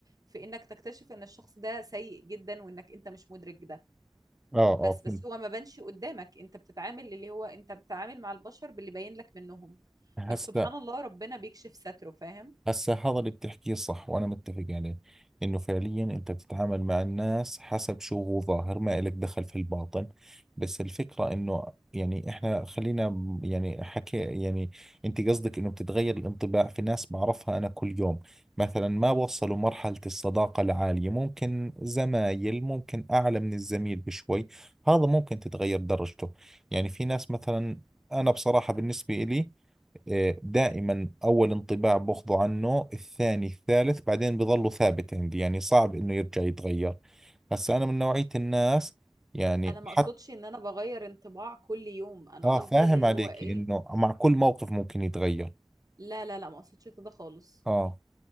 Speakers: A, on the right; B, in the centre.
A: في انك تكتشف ان الشخص ده سيء جدا وانك انت مش مدرك ده
B: آه آه
A: بس بس
B: فهمت
A: هو ما بانش قدامك انت بتتعامل اللي هو انت بتتعامل مع البشر باللي باين لك منهم
B: هسا
A: بس سبحان الله ربنا بيكشف ستره فاهم
B: هسا هذا اللي بتحكيه صح وأنا متفق عليه إنه فعليا أنت بتتعامل مع الناس حسب شو هو ظاهر ما إلك دخل في الباطن بس الفكرة إنه يعني إحنا خلينا م- يعني حكي يعني أنت قصدك إنه بتتغير الانطباع في ناس بعرفها أنا كل يوم مثلا ما وصلوا مرحلة الصداقة العالية ممكن زمايل ممكن أعلى من الزميل بشوي هذا ممكن تتغير درجته يعني في ناس مثلا أنا بصراحة بالنسبة إلي آه، دائما أول انطباع باخذه عنه الثاني الثالث بعدين بظله ثابت عندي يعني صعب إنه يرجع يتغير هسا أنا من نوعية الناس يعني
A: انا ما
B: حتى
A: اقصدش ان انا بغير انطباع كل يوم انا
B: آه
A: قصدي
B: فاهم
A: اللي
B: عليكي
A: هو ايه
B: إنه مع كل موقف ممكن يتغير
A: لا لا لا ما اقصدش كده خالص
B: آه